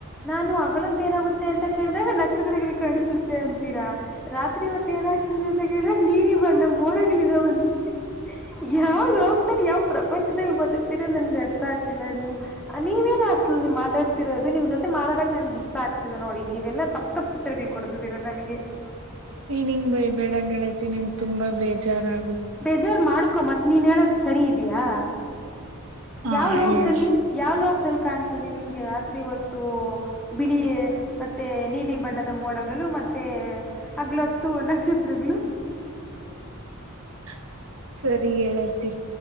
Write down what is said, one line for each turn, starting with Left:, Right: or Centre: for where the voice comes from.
Centre: ನಾನು ಹಗಲೊತ್ತು <unintelligible> ಏನಾಗುತ್ತೆ ಅಂತ ಕೇಳಿದಾಗ ನಕ್ಷತ್ರಗಳು ಕಾಣಸುತ್ತೆ ಅಂತೀರಾ ರಾತ್ರಿ ಹೊ ಮತ್ತೆ ಏನಾಗ್ತಿದೆ ಅಂತ ಕೇಳ್ದಾಗ ನೀಲಿ ಬಣ್ಣ ಮೋಡಗಳ್ ಇದವಂತೆ ಯಾವ್ ಲೋಕ್ದಲ್ ಯಾವ್ ಪ್ರಪಂಚದಲ್ಲಿ ಬದುಕ್ತಿರ ನನ್ಗ ಅರ್ಥ ಆಗ್ತ <unintelligible> ನೀವೇನ ನೀವು ಮಾತಾಡ್ತಿರೋದು ನಿಮ್ ಜೊತೆ ಮಾತಾಡಕ್ ನನ್ಗೆ ಇಷ್ಟ ಆಗ್ತಿಲ್ಲ ನೋಡಿ ನೀವೆಲ್ಲ ತಪ್ಪ ತಪ್ಪು ಉತ್ತರ ಕೊಡ್ತಿದ್ದೀರ ನನಗೆ. ಹಾಗಗೆ <inaudible>
Right: ನೀನಿಂಗ್ ಬೈ ಬೆಡ ಗಳತಿ ನಂಗ್ ತುಂಬಾ ಬೇಜಾರಾ
Centre: ಬೇಜಾರ್ ಮಾಡ್ಕೊ ಮತ್ತ್ ನೀನ್ ಹೇಳೊದ್ ಸರಿ ಇದ್ಯಾ.
Right: ಹಾ
Centre: ಯಾವ ಲೋಕದಲ್ಲಿ
Right: ಹೇಳು
Centre: ಯಾವ್ ಲೋಕದಲ್ಲಿ ಕಾಣ್ ನಿನ್ಗೆ ರಾತ್ರಿ ಹೊತ್ತು ಬಿಳಿ ಮತ್ತೆ ನೀಲಿ ಬಣ್ಣದ ಮೋಡಗಳು ಮತ್ತೆ. ಹಗ್ಲೊತ್ತು ನಕ್ಷತ್ರಗಳು.
Right: <inaudible> ಸರಿ ಹೇಳತಿ